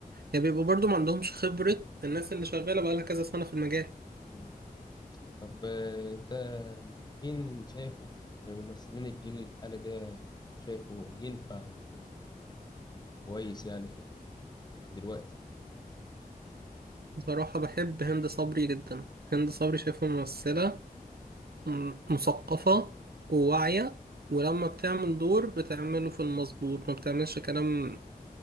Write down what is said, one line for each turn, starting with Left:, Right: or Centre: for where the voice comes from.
Right: يعني بيبقوا برضو ما عندهمش خبره الناس اللي شغاله بقى لها كذا سنه في المجال
Left: مم. طب آه، انت مين شايفه في ممثلين الجيل الحالي ده شايفه ينفع يكون كويس يعني في ال- دلوقتي
Right: بصراحه بحب هند صبري جدا هند صبري شايفها ممثله م- مثقفه وواعيه ولما بتعمل دور بتعمله في المظبوط ما بتعملش كلام